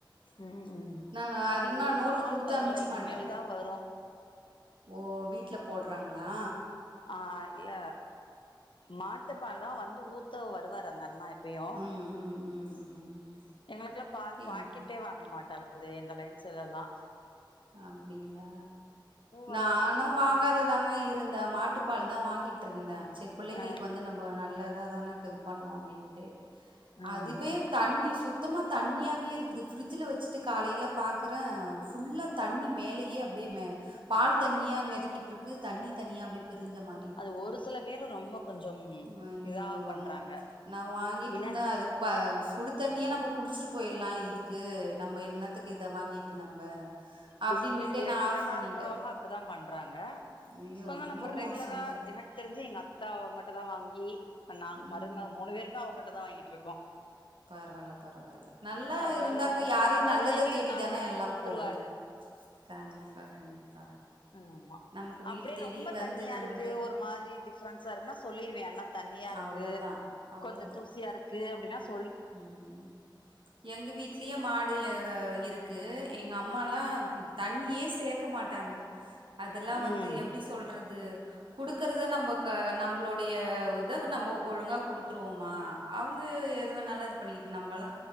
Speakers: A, on the left; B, on the right.
A: ம் ம்
B: நானு அதிகமா
A: எனக்கு இன்னு
B: நோட்டு
A: பால்
B: குடுத்து
A: வரல
B: அமுச்சிக்கமாட்டே
A: இனிமேல் தா வரு
B: ஓ வீட்டில போடுறாங்களா
A: ஆ இல்ல மாட்டுப்பால் தா வந்து ஊத்த வருவாரு அந்த அண்ணா எ ப்பியு
B: ம், ம், ம், ம், ம்.
A: எங்களுக்குலா பால்
B: என்
A: பாக்கெட் டே வாங்க மாட்டாரு இந்த லைன்ஸ்லல்லா
B: அப்டிங்களா
A: வராது
B: நானு வாங்காத தாங்க இருந்தே மாட்டுப்பால் தா வாங்கிட்டு இருந்தே செரி பிள்ளைங்களுக்கு
A: ஆ
B: வந்து நம்ம நல்லா அத தானே இது பண்ணு அப்டின்ட்டு
A: ஆ
B: அதுவே தண்ணி சுத்தமா தண்ணியாவவே இருக்குது ஃபரிட்ஜில்ல வச்சுட்டு காலையில பாக்குறே ஃபுல்லா தண்ணி மேலயே அப்டியே மே பால் தனியா மிதக்கிட்டு இருக்கு தண்ணி தனியா அப்டியே பிரிஞ்ச மா ரி இருக்குது
A: அது ஒரு சில பேரு ரொம்ப கொஞ்சம்
B: ம் அய்யயோ
A: இதா
B: ரொம்
A: பண்றாங்க
B: நா வாங்கிட்டு
A: பினஸ்
B: இருந்தே அதுக்கு இப்போ சுடு தண்ணியே நம்ம குடிச்சிட்டு போயிடலா இதுக்கு நம்ம என்னத்துக்கு இத வாங்கிட்டு நம்ப அப்டின்னுட்டே
A: பிசினஸ் ரிலேட்டடா
B: நான் ஆஃப் பண்ணிட்டேன்.
A: இருக்கறவங்க அப்டிதா பண்றாங்க
B: ஐயோ!
A: கொஞ்சோ
B: ரொம்ப
A: நம்ம ரெகுலரா
B: மோசங்க.
A: எனக்கு தெரிஞ்சு எங்க அத் தா அவுங்கிட்ட தா வாங்கி இப்ப நாங்க
B: ம்.
A: மருமக மூணு பேருமே அவங்கிட்ட தா வாங்கிட்டு இருக்கோ
B: பரவால்ல பரவால்ல நல்லா
A: அதனால
B: இருந்தாக்கா யாரையு
A: கொஞ்ச
B: நல்லத
A: ஜெனியூனா
B: தேடிதானே
A: அவர் வந்து
B: எல்லா
A: குடுத்துருவாரு
B: போவோ கண்டிப்பா கண்டிப்பா
A: ஆமா
B: நமக்கு
A: அப்டியே
B: வீடு தேடி
A: ரொம்ப
B: வந்து
A: தண்ணியா
B: நம்பளுக்கு
A: இருக்கு ஒரு மாதிரி டிஃப ரன்ஸா இருக்குனா சொல்லிருவே அண்ணா தண்ணியா இருக்கு
B: அவ்வளதான், அவ்வளதான்.
A: கொஞ்ச தூசியா இருக்கு அப்டின்னா சொ
B: ம் எங்க வீட்லயே மாடு <unintelligible> இருக்கு எங் க அம்மாலா தண்ணியே சேக்க மாட்டாங்க அதெல்லா வந்து
A: ம்
B: எப்டி சொல்றது குடுக்குறத நம்ம க நம்மளுடைய இத நம்ம ஒழுங்கா குடுத்துருவோமா அவுங்க இது வேணால இது பண்ணிக்கிட்டு நம்மல்லா